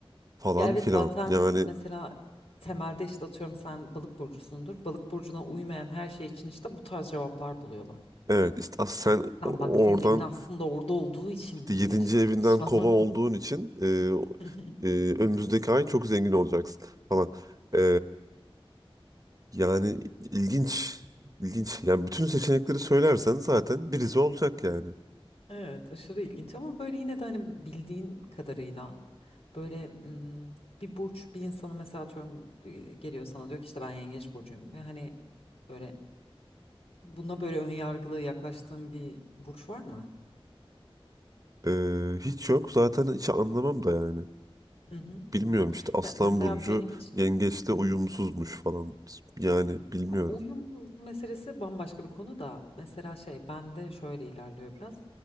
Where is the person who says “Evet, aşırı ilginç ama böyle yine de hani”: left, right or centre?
Left